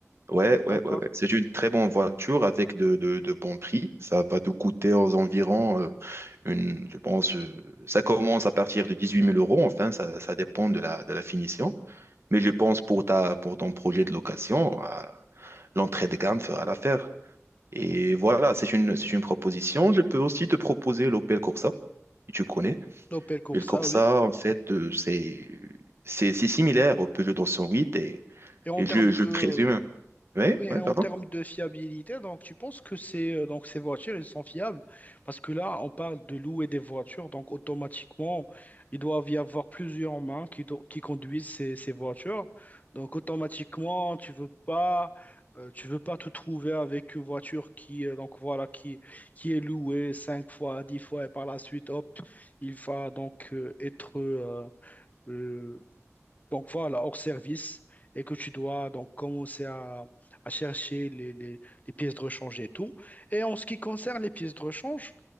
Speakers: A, on the right; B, on the left.
A: Ouais, ouais,
B: d'accord.
A: ouais, ouais. C'est une très bonne voiture avec de, de, de bons prix. Ça va te coûter aux environs, euh, une, je pense, euh, ça commence à partir de 18 000 euros. Enfin, ça, ça dépend de la, de la finition. Mais je pense pour ta, pour ton projet de location, euh, l'entrée de gamme fera l'affaire. Et voilà, c'est une, c'est une proposition. Je peux aussi te proposer l'Opel Corsa que tu connais.
B: L'Opel Corsa,
A: Mais le Corsa,
B: oui.
A: en fait, euh, c'est c'est c'est similaire au Peugeot 208 et,
B: Et en
A: et
B: termes
A: je, je
B: de,
A: présume. Oui,
B: Oui, oui, et
A: oui,
B: en
A: pardon.
B: termes de fiabilité, donc tu penses que ces, euh, donc ces voitures, elles sont fiables? Parce que là, on parle de louer des voitures, donc automatiquement, il doit y avoir plusieurs mains qui, do- qui conduisent ces, ces voitures. Donc automatiquement, tu veux pas, euh, tu veux pas te trouver avec une voiture qui, euh, donc voilà, qui, qui est louée cinq fois, dix fois, et par la suite, hop, il va donc euh, être, euh, euh, donc voilà, hors service, et que tu dois donc commencer à, à chercher les, les- les pièces de rechange et tout. Et en ce qui concerne les pièces de rechange,